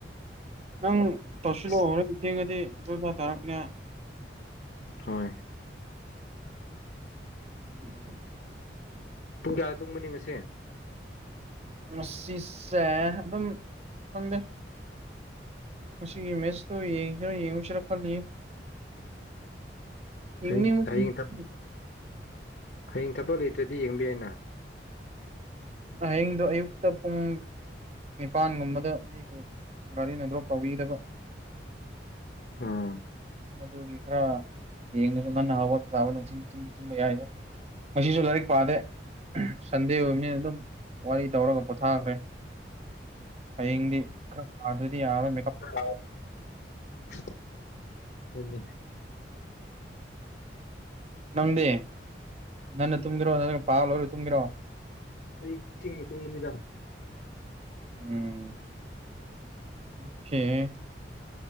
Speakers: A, on the right; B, on the left.
A: ꯅꯪ ꯇꯧꯁꯤꯜꯂꯛꯑꯣ
B: ꯑꯁ
A: ꯍꯣꯔꯦꯟ ꯊꯦꯡꯉꯗꯤ ꯂꯣꯏꯕ ꯇꯥꯔꯛꯄꯅꯦ
B: ꯍꯣꯏ
A: ꯎꯝ
B: ꯄꯨꯡ ꯀꯌꯥ ꯇꯨꯝꯒꯅꯤ ꯉꯁꯦ
A: ꯉꯁꯤꯁꯦ ꯑꯗꯨꯝ ꯈꯪꯗꯦ ꯉꯒꯤꯁꯤ ꯃꯦꯁꯇꯣ ꯌꯦꯡꯁꯤꯔ ꯌꯦꯡꯉꯣꯁꯤꯔ ꯈꯜꯂꯤꯑꯦ <unintelligible>
B: ꯍꯌꯦꯡ ꯍꯌꯦꯡ ꯍꯌꯦꯡ ꯊꯕꯛ ꯂꯩꯇ꯭ꯔꯗꯤ ꯌꯦꯡꯕ ꯌꯥꯏꯅ
A: ꯍꯌꯦꯡꯗꯣ ꯑꯌꯨꯛꯇ ꯄꯨꯡ ꯅꯤꯄꯥꯟꯒꯨꯝꯕꯗ ꯃꯤꯕꯨ ꯒꯥꯔꯤꯅ ꯗ꯭ꯔꯣꯞ ꯇꯧꯕꯤꯒꯗꯕ
B: ꯑꯥ
A: ꯃꯗꯨꯒꯤ ꯈꯔꯥ ꯌꯦꯡꯗꯨꯁꯨ ꯉꯟꯅ ꯍꯧꯒꯠꯇꯥꯕꯅꯨꯡꯊꯤꯜꯗ ꯇꯨꯝ ꯇꯨꯝꯕ ꯌꯥꯏꯗ ꯉꯁꯤꯁꯨ ꯂꯥꯏꯔꯤꯛ ꯄꯥꯗꯦ ꯁꯟꯗꯦ ꯑꯣꯏꯕꯅꯤꯅ ꯑꯗꯨꯝ ꯋꯥꯔꯤ ꯇꯧꯔꯒ ꯄꯣꯊꯥꯈ꯭ꯔꯦ ꯍꯌꯦꯡꯗꯤ ꯈ꯭ꯔ ꯄꯗ꯭ꯔꯥꯗꯤ ꯌꯥꯔꯣꯏ
B: <unintelligible>
A: ꯅꯪꯗꯤ ꯉꯟꯅ ꯇꯨꯝꯒꯦꯔꯣ ꯅꯠꯇ꯭ꯔꯥ ꯄꯥ ꯂꯣꯏꯔ ꯇꯨꯝꯒꯦꯔꯣ
B: ꯑꯩ ꯊꯦꯡꯅ ꯇꯨꯝꯒꯅꯤꯗꯥ <unintelligible>
A: ꯎꯝ ꯑꯣꯀꯦ